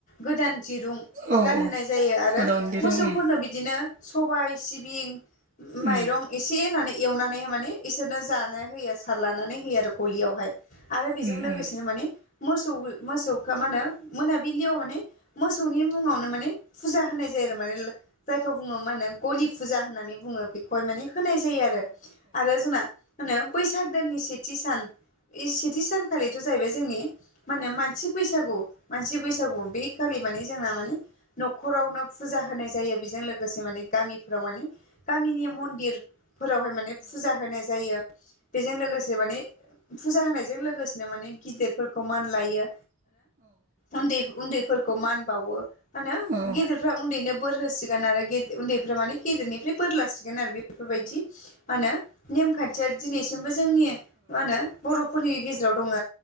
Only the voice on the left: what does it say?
गोदान दिरुं
गानहोनाय जायो आरो मोसौफोरनो
बिदिनो सबाय सिबिं माइरं
एसे होनानै एवनानै माने इसोरनो जानो होयो लानानै होयो आरो गलियावहाय आरो बिजों
जों लोगोसेनो
माने मोसौ मोसौखो मा होनो मोनाबिलियाव माने मोसौनि मुंङावनो माने फुजा होनाय जायो आरो माने जायखौ बुङो मा होनो गलि फुजा होननानै बुङो बेखौहाय माने होनाय जायो आरो आरो जोंना होनो बैसाग दाननि सेथि सान बे सेथि सान खालिथ' जाहैबाय जोंनि मा होनो मानसि बैसागु मानसि बैसागु बे खालि माने जोंना मानि न'खरावनो फुजा होनाय जायो बेजों लोगोसे माने गामिफोराव माने गामिनि मन्दिरफोरावहाय माने फुजा होनाय जायो बेजों लोगोसे माने फुजा होनायजों लोगोसेनो माने गिदिर फोरखौ मान लायो उन्दै उन्दैफोरखौ मान बावो मानो
गेदेरफ्रा उन्दैनो बोर होसिगोन आरो बे उन्दैफ्रा माने गेदेरनिफ्राय बोर लासिगोन आरो बे बेफोर बायदि मा होनो नेमखान्थिया दिनैसिमबो जोंनि मा होनो बर'फोरनि गेजेराव जेराव दं